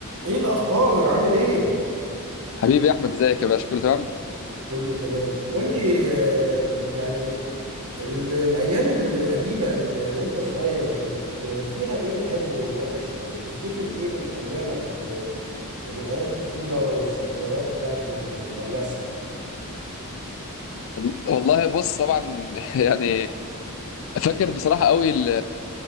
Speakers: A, on the right; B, on the left.
A: ايه الاخبار عامل ايه
B: حبيبي يا احمد ازيك يا باشا كله تمام
A: كله تمام قول لي آه، يعني ال- الايام القديمه ال- وانت صغير كانت آه، فيها ايه حلو ووحش وتفتكر ايه من ايامك آه، من ايام الطفوله ولا الذكريات بتاعت ال- المدرسه
B: وال- والله بص طبعا <laughs> يعني فاكر بصراحه قوي ال